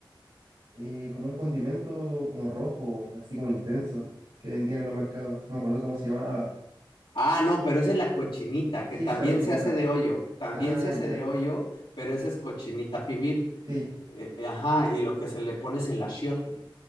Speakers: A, on the right (about 65°); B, on the left (about 80°).
A: eh, como un condimento como rojo, así como intenso, que vendían en los mercados, no me acuerdo cómo se llamaba.
B: Ah, no, pero esa es la cochinita,
A: Sí,
B: que también
A: esa es la cochinita.
B: se hace de hoyo, también
A: Ah,
B: se hace
A: ya,
B: de hoyo, pero esa es cochinita pibil.
A: sí,
B: Eh, eh, ajá, y lo que se le pone es el achiote,